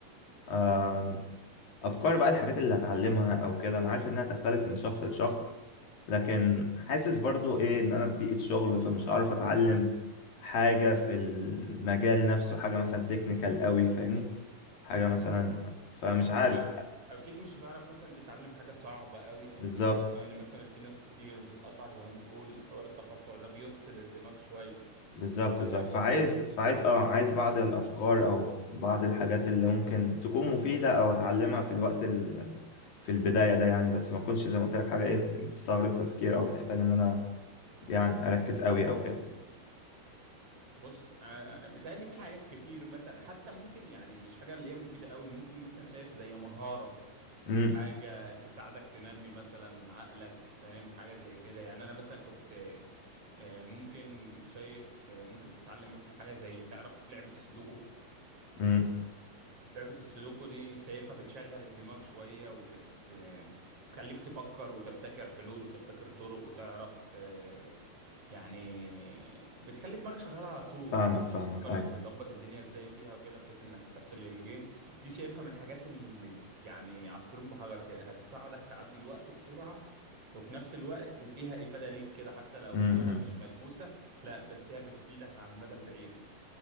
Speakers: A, on the left; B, on the right.
A: أم، افكار بقى الحاجات اللي هتعلمها او كده انا عارف انها تختلف من شخص لشخص لكن حاسس برضو ايه ان انا في بيئه شغل فمش هعرف اتعلم حاجه في المجال نفسه حاجه مثلا تكنيكال قوي فاهمني حاجه مثلا فمش عارف
B: هو أك... اكيد مش هتعرف مثلا تتعلم حاجة صعبة قوي
A: بالظبط
B: او كده خصوصا ان مثلا في ناس كتير بتقطعك زي ما بتقول حوار التقطع ده بيفصل الدماغ شوية
A: بالظبط
B: فشايف
A: بالظبط فعايز
B: ممكن
A: فعايز اه عايز
B: مم.
A: بعض الافكار او بعض الحاجات اللي ممكن تكون مفيده او اتعلمها في الوقت ال... في البدايه ده يعني بس ما اكونش زي ما قلت لك حاجه ايه بت- بتستغرق تفكير او بتحتاج ان انا يعني اركز قوي او كده
B: بص آه، آه، بيتهيألي في حاجات كتير مثلا حتى ممكن يعني مش حاجة اللي هي مفيدة قوي ممكن مثلا شايف زي مهارة
A: امم
B: حاجة تساعدك تنمي مثلا عقلك فاهم حاجة زي كده يعني أنا مثلا كنت آه، ممكن شايف آه، ممكن تتعلم مثلا حاجة زي تعرف لعبة السودوكو
A: امم
B: لعبة السودوكو دي شايفها بتشغل الدماغ شوية وبت آه، تخليك تفكر وتبتكر حلول وتبتكر طرق وتعرف آه، يعني بتخلي دماغك شغالة على طول
A: فاهمك
B: وتفكر
A: فاهمك ايوه
B: تظبط الدنيا ازاي فيها وكده بحيث انك تقفل الجيم دي شايفها من الحاجات اللي يعني عصفورين بحجر كده هتساعدك تعدي الوقت بسرعة وفي نفس الوقت فيها إفادة ليك كده حتى لو
A: امم
B: إفادة
A: امم.
B: مش ملموسة لا بس هي بتفيدك على المدى البعيد